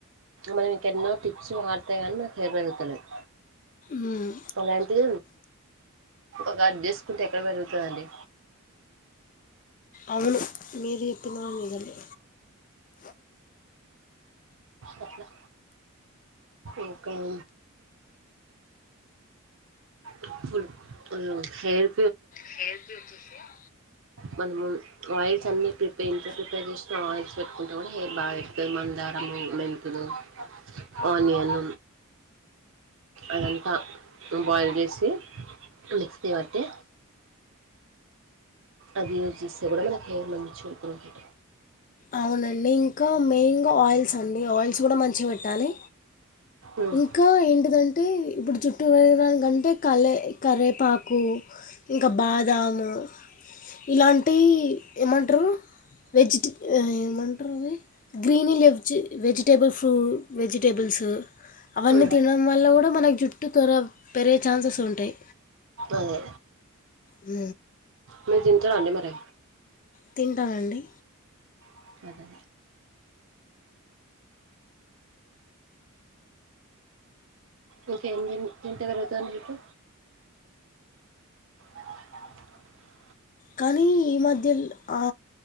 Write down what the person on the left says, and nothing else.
మ్మ్.
అవును మీది ఎప్పిన కూడ నిజమే
హెయిర్ జూసి ఆ
అవునండి ఇంకా మెయిన్గా ఆయిల్స్ అండి ఆయిల్స్ కూడా మంచిగా పెట్టాలి
ఇంకా ఎంందుకు ఎంటంటే ఇప్పుడు జుట్టు పెరగడానికింటే కలే కరవేపాకు ఇంకా బాదం అ ఇలాంటి ఏమంటరు వెజిట్ ఏమంటరు అవి గ్రీని లేవ్జి వెజిటేబుల్ ఫ్రూ వెజిటేబుల్స్ అవన్నీ
తినడం వల్ల కూడా మనకు జుట్టు త్వరగా పెరిగే ఛాన్సెస్ ఉంటాయి
హ
తింటానండి
కానీ ఈ మధ్యల ఆ